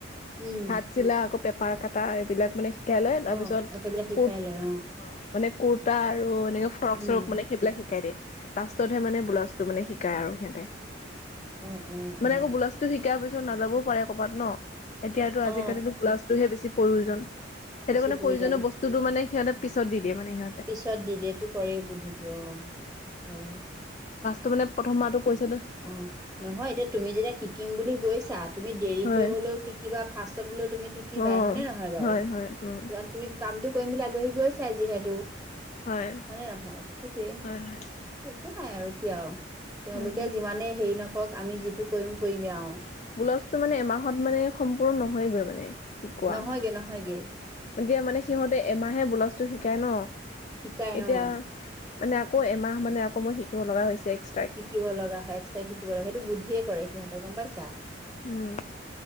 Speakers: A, in the centre; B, on the left (about 40°).
A: উম।
B: হাত চিলা আকৌ পেপাৰ কাটা এইবিলাক মানে শিকাই লয় তাৰপিছত
A: অ অ সেইবিলাক শিকাই
B: কুৰ্ট
A: লয়
B: অ। মানে কুৰ্তা আৰু এনেকে ফৰক
A: উম
B: চৰক মানে সেইবিলাক শিকাই দিয়ে লাষ্টতহে মানে বোলা। টো মানে শিকাই আৰু সিহঁতে
A: অ অ
B: মানে
A: অ
B: আকৌ গোলাচটো শিকাই পি। টো নাযাবও পাৰে কবাত ন এতিয়াতো
A: অ
B: আজিকালিতো গ্লাছটোহে বেছি প্ৰয়োজন। সেইটো
A: বেছি
B: কাৰণে
A: প্ৰয়োজন
B: প্ৰয়োজনীয় বস্তুটো মানে সিহঁতে পিছত দি দিয়ে মানে সি।
A: পিছত দিয়ে এইটো কৰেই বুদ্ধিটো অ হয়।
B: টো মানে প্ৰথম মাহটো পইচে না।
A: অ নহয় এতিয়া তুমি যেতিয়া শিকিম বুলি গৈছা তুমি দেৰিকে
B: হয়
A: হ'লেও শিকা ফাৰ্ষ্টত হ'লেও তুমি শি। কি
B: অ
A: বাই হয়নে নহয় বাৰু
B: হয় হয় উম
A: তুমি কামটো কৰিম বুলি আগবাঢ়ি গৈছা যিহেতু।
B: হয়
A: হয়নে নহয় সেইটোৱে।
B: হয় হয়
A: একো নাই আৰু কিয় আৰু তেওঁলোকে
B: উম উম
A: যিমানে হেৰি নকক আমি যিটো কৰিম কৰিমেই আও।
B: বোলাউছটো মানে এমাহত মানে সম্পূৰ্ণ নহয়েগৈ মানে। শিকোৱা
A: নহয়গে নহয় গে।
B: এতিয়া মানে সিহঁতে এমাহে বোলাউছটো শিকায় ন
A: শিকাই
B: এতিয়া।
A: অ
B: মানে আকৌ এমাহ মানে আকৌ মই শিকিব লগা হৈছে এক্স।
A: শিকিব লগা হয় এক্সট্ৰ শিকিব লগা সেইটো বুদ্ধিয়ে কৰে সিহঁতে গম পাইছা।
B: উম।